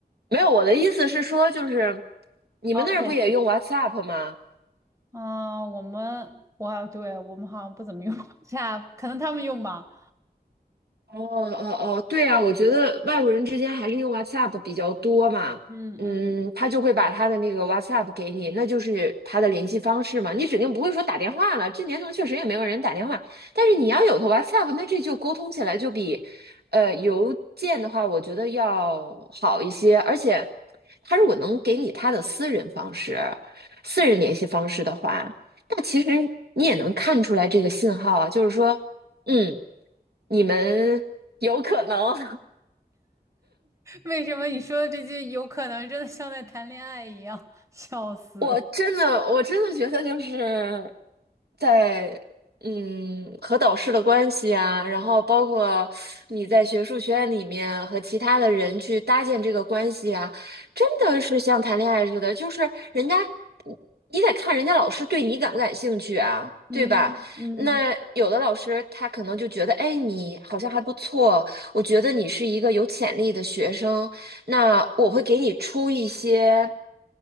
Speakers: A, on the right; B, on the right.
A: 没有，我的意思是说，就是你们那儿不也用
B: OK，这
A: WhatsApp 吗？
B: 啊、我们，哇，对，我们好像不怎么用 w h 可能他们用吧。
A: 哦哦哦，对啊，我觉得外国人之间还是用 WhatsApp 比较多嘛，
B: 嗯嗯，
A: 嗯，他就会把他的那个 WhatsApp 给你，那就是他的联系方式嘛。你指定不会说打电话了，这年头确实也没有人打电话，但是你要有个 WhatsApp，那这就沟通起来就比呃邮件的话，我觉得要好一些，而且他如果能给你他的私人方式、私人联系方式的话，那其实你也能看出来这个信号啊，就是说。嗯，你们有可能，
B: 为什么你说的这些有可能真的像在谈恋爱一样？<laughs> 笑死。
A: <laughs> 我真的，我真的觉得就是在嗯和导师的关系啊，然后包括你在学术学院里面和其他的人去搭建这个关系啊，真的是像谈恋爱似的，就是人家你得看人家老师对你感不感兴趣啊，
B: 嗯嗯
A: 对吧？那有的老师他可能就觉得，哎，你好像还不错，我觉得你是一个有潜力的学生。那我会给你出一些，